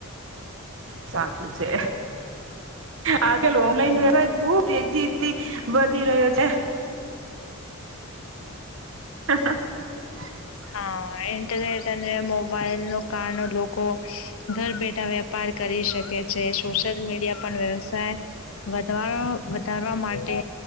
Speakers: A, on the right; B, on the left.
A: સાચું છે આ જે ઓનલાઈન
B: હમ
A: વ્ય ખુબ તેજી થી વધી રહ્યો છે. <inaudible>
B: હા, ઇન્ટરનેટ અને મોબાઈલ નો કારણો લોકો ઘર બેઠા વેપાર કરી શકે છે, સોશિયલ મીડિયા પણ વ્યવસાય વધવા વધારવા માટે